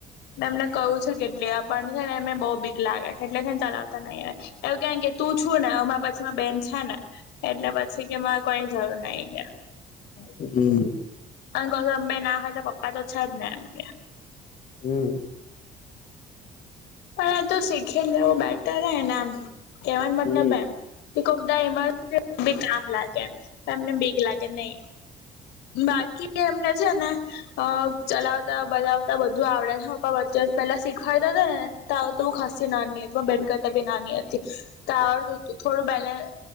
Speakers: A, on the left; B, on the left.
A: મે એમને કહું છું, કેટલે આપણ છેને મે બહુ બીક લાગે એટલે હેને કઈ ચલાવતા નહીં. એવું કેવાન કે તું છું ને અમા પછી અમાં બેન છે, ને- એટલે પછી કે મારે કોઈ જરૂર નઈ કે
B: હમ્મ.
A: અન કોતો અંબાઈ ના હોય તો પપ્પા તો છે, જ ને એમ કે
B: હમ્મ.
A: પણ એ તો શીખીને લવું બેટર હને એમ કેવાનો મતલબ
B: હમ
A: એમ કોકા દા ઈમા મી કામ લાગે એ તો એમને બીક લાગે નઈ બાકી એમને છે, ને અ ચલાવતા બલાવતા બધું આવડે છે, પપ્પા વચ્ચે પેલા શીખવાડતા હતા ને. તા હુતો ખાસી નાની બેન કરતા બી નાની તા આવડતું થોડું બેલેન્સ